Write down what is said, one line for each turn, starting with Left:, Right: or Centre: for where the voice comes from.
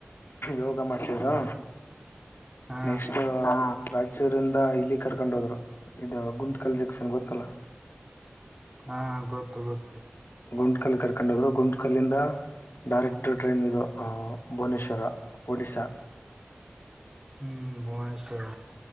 Left: ಯೋಗ ಮಾಡ್ಸಿದ್ರು
Right: ಹೌದಾ ಹಾ
Left: ನೆಕ್ಸ್ಟ್ ಚೂರಿಂದ ಇಲ್ಲಿ ಕರ್ಕೊಂಡ್ ಹೋದ್ರು ಇದು ಗುಂಟಕಲ್ ಜಕ್ಷನ್ ಗೊತ್ತಲ್ಲ
Right: ಹಾ ಗೊತ್ತು ಗೊತ್ತು
Left: ಗುಂಟ್ ಕಲ್ಲಿ ಕರ್ಕೊಂಡೋಗ್ರು ಗುಂಟ್ು ಕಲ್ಲಿಂದ ಡೈರೆಕ್ಟ ಟ್ರೈನ್ ಇದು ಭುವನೇಶ್ವರ ಒಡಿಸ್ಶಾ
Right: ಹ್ಮ್ ಭುವನೇಶ್ವರ